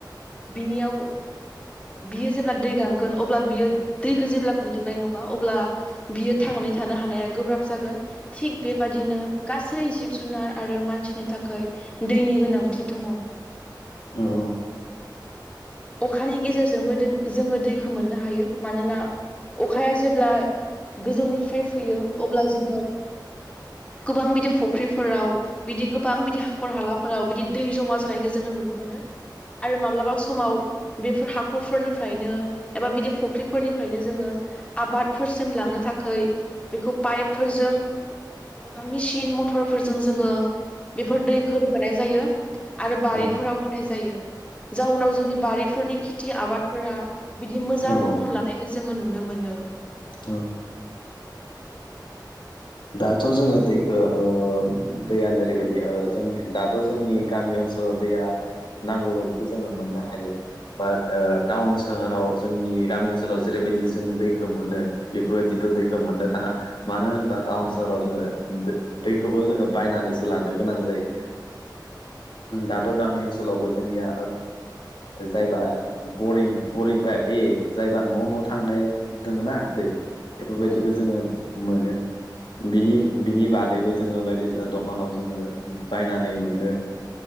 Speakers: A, on the left (about 15°); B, on the left (about 90°).
A: बिनियाव बियो जेब्ला दै गांगोन अब्ला बियो दैखौ जेब्ला मोनलोंनाय नङा अब्ला बियो थांनानै थानो हानाया गोब्राब जागोन। थिग बेबादिनो गासै जिब जुनार आरो मानसिनि थाखाय दैनि गोनांथि दङ।
B: औ औ
A: अखानि गेजेरजोंबो जोङो दैखौ मोननो हायो मानोना अखाया जेब्ला गोजौनिफ्राय फैयो अब्ला जोङो गोबां बिदि फुख्रिफोराव बिदि गोबां बिदि हाखर हालाफोराव बिदि दै जमा जानायखौ जोङो नुनो मोनो। आरो माब्लाबा समाव बेफोर हाखरफोरनिफ्रायनो एबा बिदि फुख्रिफोरनिफ्रायनो जोङो आबादफोरसिम लांनो थाखाय बेखौ पाइपफोरजों एबा मेसिन मथरफोरजों जोङो बेफोर दैखौ रोगानाय जायो आरो बारिफोराव
B: औ
A: होनाय जायो जाउनाव जोंनि बारिफोरनि खिथि आबादफोरा बिदि मोजां
B: औ औ
A: महर लानायखौ जोङो नुनो मोनो।
B: औ दाथ' जोङो दैखो ओ दैया नोरैबायदि ओ जों दाथ' जोंनि गामि ओनसोल सोलाव दैया नांगौ बायदिखौ जोङो मोननो हायो। बा ओ टाउन सोहोराव जोंनि गामि ओनसोलाव जेरैबायदि जों दैखो मोनो बेफोरबायदिथ' दैखो मोननो थाङा मानो होनबा टाउन सहराव जोंङो दैखौबो जोंङो बायनानैसो लानो गोनां जायो। दाथ' गामि ओनसोलावबो जोंनिया जायबा बरिं बरिं पाइप ए जायबा न' न' थांनाय दोङो ना दै बेफोरबायदिखौ
A: औ
B: जोङो मोनो। बिनि बिनि बादैबो जोङो बायदिसिना दकानाव जोङो बायनानै मोनो।